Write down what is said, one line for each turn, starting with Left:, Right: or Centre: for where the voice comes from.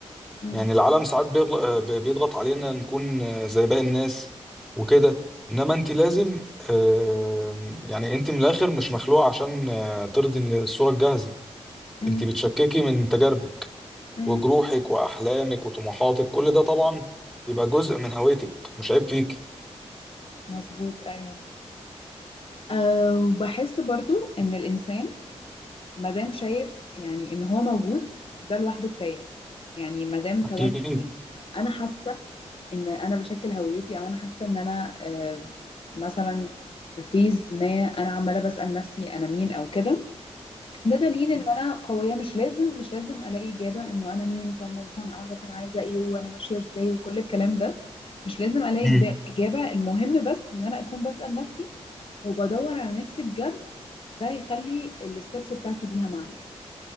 Left: مم.
Centre: يعني العالم ساعات بيغل... آه، بي- بيضغط علينا نكون آه، زي باقي الناس وكده انما انت لازم آه يعني انت من الاخر مش مخلوقة عشان آه، ترضي الصورة الجاهزة
Left: مم.
Centre: انت بتشككي من تجاربك
Left: مم.
Centre: وجروحك واحلامك وطموحاتك كل ده طبعا بيبقى جزء من هويتك مش عيب فيكي
Left: مظبوط ايوه أه وبحس برضو ان الانسان ما دام شايف يعني ان هو موجود ده لوحده كفايه يعني ما دام تواجدي
Centre: أكيد
Left: انا حاسه ان انا بشكل هويتي او انا حاسه ان انا آه، مثلا في فيز ما انا عماله بسال نفسي انا مين او كده ده دليل ان انا قويه مش لازم مش لازم الاقي اجابه انه انا مين فاهمه مثلا اعرف انا عايزه ايه وانا ماشيه ازاي وكل الكلام ده مش لازم الاقي
Centre: أكيد
Left: إجب- اجابه المهم بس ان انا اكون بسال نفسي وبدور على نفسي بجد ده هيخلي الستبس بتاعتي ليها معنى